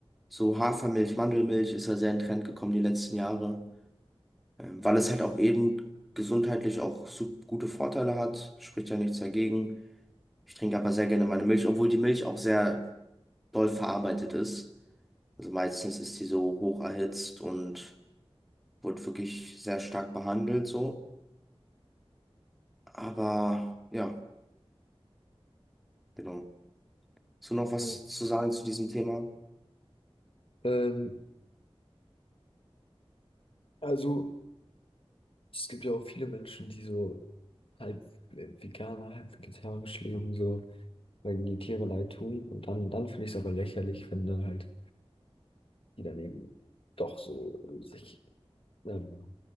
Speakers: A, in the centre; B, on the left.
A: So Hafermilch, Mandelmilch ist ja sehr in Trend gekommen die letzten Jahre, ähm, weil es halt auch eben gesundheitlich auch so gute Vorteile hat. Spricht ja nichts dagegen. Ich trinke aber sehr gerne meine Milch, obwohl die Milch auch sehr doll verarbeitet ist. Also meistens ist die so hoch erhitzt und wird wirklich sehr stark behandelt so. Aber ja, genau. Hast du noch was
B: Ja.
A: zu sagen zu diesem Thema?
B: Ähm, also, es gibt ja auch viele Menschen, die so halb veganer, halb vegetarisch leben, so, weil ihnen die Tiere leid tun. Und dann, dann finde ich es aber lächerlich, wenn dann halt die daneben doch so sich ähm,